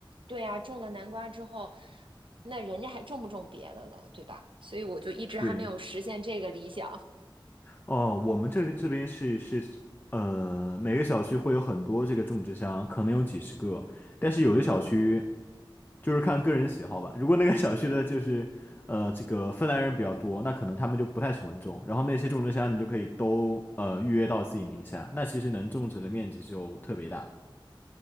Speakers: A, on the right; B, on the left.
A: 对啊，种了南瓜之后。那人家还种不种别的了，对吧？所以我就一直还没有实现这个理想。
B: 对，哦，我们这个这边是是呃，每个小区会有很多这个种植箱，可能有几十个，但是有的小区就是看个人喜好吧。如果那个小区的就是呃这个芬兰人比较多，那可能他们就不太喜欢种，然后那些种植箱你就可以都呃预约到自己名下，那其实能种植的面积就特别大。